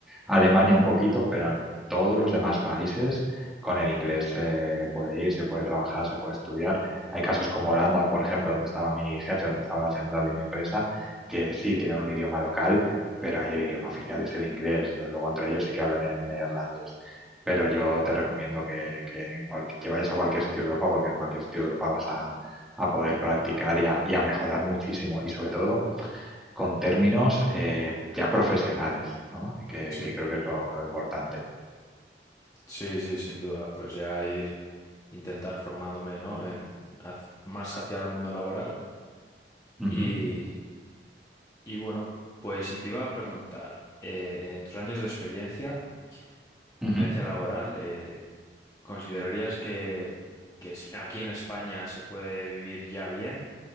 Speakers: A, in the centre; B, on the left.
A: Alemania un poquito, pero en todos los demás países con el inglés se puede ir, se puede trabajar, se puede estudiar. Hay casos como Holanda, por ejemplo, donde estaba mi jefe, donde estaba la central de mi empresa, que sí tienen un idioma local, pero ahí el idioma oficial es el inglés. Luego entre ellos sí que hablan en neerlandés. Pero yo te recomiendo que, que en cual- que vayas a cualquier sitio de Europa, porque en cualquier sitio de Europa vas a, a poder practicar y a, y a mejorar muchísimo, y sobre todo con términos eh, ya profesionales, ¿no? Que,
B: Sí.
A: que creo que es lo, lo importante.
B: Sí, sí, sin duda. Pues ya ir, intentar formándome, ¿no? En, haz- más hacia el mundo laboral.
A: Ujú,
B: Y, y bueno, pues si te iba a preguntar, eh, en tus años de experiencia,
A: ujú.
B: experiencia laboral, eh, ¿considerarías que, que es- aquí en España se puede vivir ya bien?